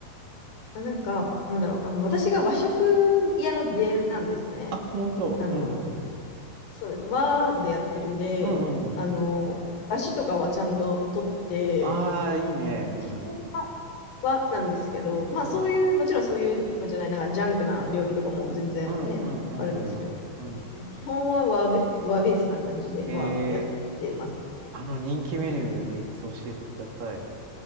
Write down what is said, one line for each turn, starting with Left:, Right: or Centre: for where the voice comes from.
Left: あなんか、なんだろう、あの私が和食屋の出なんですね。
Right: あ、本当。
Left: あの、
Right: うんうんうんうん。
Left: そうですね、和でやってるんで、
Right: うんうん。
Left: あの、出汁とかはちゃんと取って、
Right: ああ、いいね。
Left: そう、
Right: うん。
Left: 基本は、はなんですけど、まあそういう、
Right: うん。
Left: もちろんそういうのじゃない、なんかジャンクな料理とかも全然ね、
Right: うんうんうんうんうんうん。
Left: あるんですけど、基本は和ベ、和ベースな感じではやってます。
Right: へえ。あの人気メニュー3つ教えてください。
Left: はい